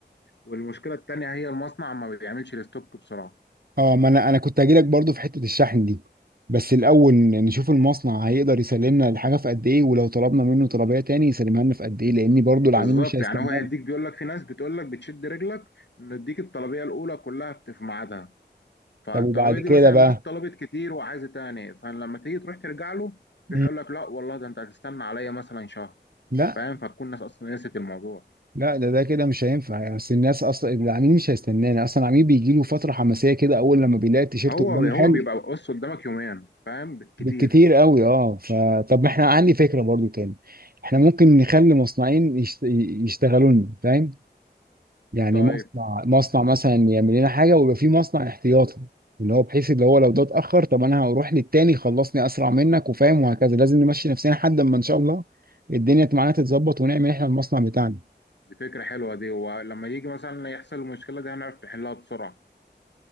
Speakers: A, on the left; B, on the right.
A: والمشكله التانيه هي المصنع ما بيعملش الستوك بسرعه
B: اه ما انا انا كنت هجيلك برضو في حته الشحن دي بس الاول ن- نشوف المصنع هيقدر يسلمنا الحاجه في قد ايه ولو طلبنا منه طلبيه تاني يسلمها لنا في قد ايه لان برضو
A: بالظبط
B: العميل مش هيستنانا
A: يعني هو هيديك بيقول لك في ناس بتقول لك بتشد رجلك انه يديك الطلبيه الاولى كلها في في ميعادها فالطلبيه
B: طب وبعد
A: دي
B: كده
A: مثلا
B: بقى
A: الناس طلبت كتير وعايزه تاني فلما تيجي تروح ترجع له
B: مم.
A: يروح يقول لك لا والله ده انت هتستنى عليا مثلا شهر
B: لا
A: فاهم فتكون الناس اصلا نسيت الموضوع
B: لا ده ده كده مش هينفع يعني اصل الناس اصلا العميل مش هيستنانا اصلا العميل بيجي له فتره حماسيه كده اول لما بيلاقي التيشيرت
A: هو
B: قدامه
A: هو
B: حلو
A: بيبقى بص قدامك يومين فاهم بالكتير
B: بالكتير قوي اه فطب احنا عندي فكره برضو تاني احنا ممكن نخلي مصنعين يشت... يشتغلوا لنا فاهم يعني
A: طيب
B: مصنع مصنع مثلا يعمل لنا حاجه ويبقى في مصنع احتياطي اللي هو بحيث اللي هو لو ده اتاخر طب انا هروح للتاني خلصني اسرع منك وفاهم وهكذا لازم نمشي نفسنا لحد ما ان شاء الله الدنيا معانا تتظبط ونعمل احنا المصنع بتاعنا
A: دي فكرة حلوة دي ولما يجي مثلا يحصل المشكلة دي هنعرف نحلها بسرعة